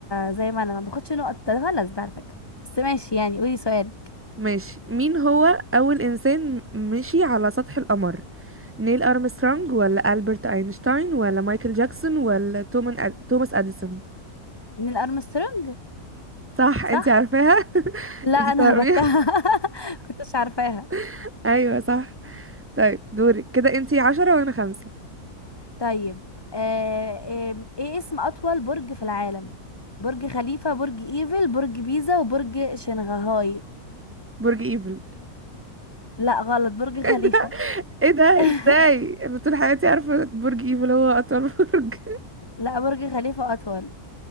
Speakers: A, on the left; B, on the right.
A: زي ما انا ما باخدش نقط ده غلط ده على فكرة بس ماشي يعني قولي سؤالك
B: ماشي مين هو أول إنسان مشي على سطح القمر نيل أرمسترونج ولا ألبرت أينشتاين ولا مايكل جاكسون ولا تومان أد... توماس أديسون
A: نيل ارمسترونج
B: صح انتي
A: صح
B: عارفاها <laughs>
A: لا انا
B: انتي تعرفيها
A: هبتها <laughs> كنتش عارفاها
B: <laughs> ايوه صح طيب دورك كده انتي عشرة وانا خمسة
A: طيب آه آم، ايه اسم اطول برج في العالم برج خليفة برج ايفل برج بيزا وبرج شنغهاي
B: برج ايفل
A: لا غلط برج
B: <laughs>
A: خليفة
B: ايه ده ازاي
A: <laughs>
B: انا طول حياتي عارفة برج ايفل هو اطول برج <laughs>
A: لا برج خليفة اطول